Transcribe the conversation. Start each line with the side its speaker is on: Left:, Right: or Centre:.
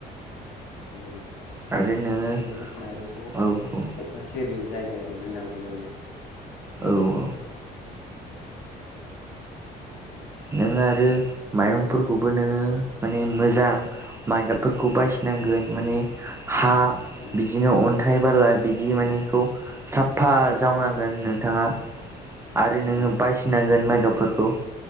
Left: ओखायनो
Right: आरो नोङो
Left: माइरंखौ
Right: औ औ
Left: अखासे ओरै जायगायाव दोननांगौ जायो आरो
Right: औ औ नोंङ आरो माइरंफोरखौबो नोङो माने मोजां। माइ गाबफोरखौ बायसिनांगोन माने हा
Left: उम
Right: बिदिनो अन्थाइ बाला बिदि मानेखौ साफा जावनांगोन। नोंथाङा आरो
Left: उम
Right: नोङो बासिनांगोन मायगाफोरखौ